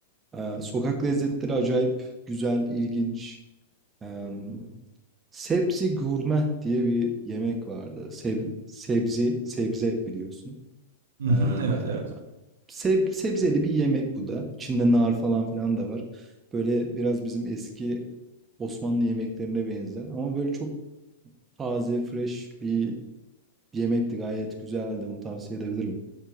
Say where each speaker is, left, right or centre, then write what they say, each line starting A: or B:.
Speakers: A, on the right; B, on the right.
A: Ee, sokak lezzetleri acayip güzel, ilginç. Ee, sebzi gurme diye bir yemek vardı. Seb- sebzi, sebze biliyorsun.
B: Hı
A: Ee,
B: hı, evet evet.
A: seb- sebzeli bir yemek bu da. İçinde nar falan filan da var. Böyle biraz bizim eski Osmanlı yemeklerine benzer. Ama böyle çok taze, fresh bir yemekti. Gayet güzeldi. Onu tavsiye edebilirim.